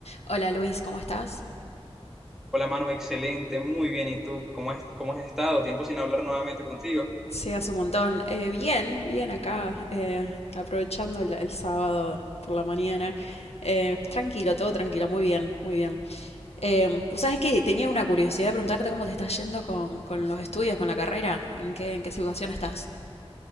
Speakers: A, on the left (about 75°); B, in the centre.
A: Hola Luis, ¿cómo estás?
B: Hola, mano, excelente, muy bien. ¿Y tú? ¿Cómo es, cómo has estado? Tiempo sin hablar nuevamente contigo.
A: Sí, hace un montón. Eh, bien, bien acá, eh, aprovechando el, el sábado por la mañana. Eh, tranquilo, todo tranquilo, muy bien, muy bien. Eh, ¿vos sabés que tenía una curiosidad de preguntarte cómo te está yendo con, con los estudios, con la carrera? ¿En qué, en qué situación estás?